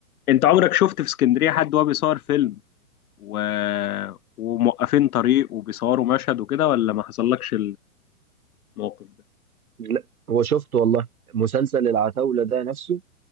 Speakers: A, on the left (about 85°); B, on the right (about 80°).
A: انت عمرك شفت في اسكندريه حد وهو بيصور فيلم و... وموقفين طريق وبيصوروا مشهد وكده ولا ما حصلكش الموقف ده
B: لا هو شفته والله مسلسل العتاوله ده نفسه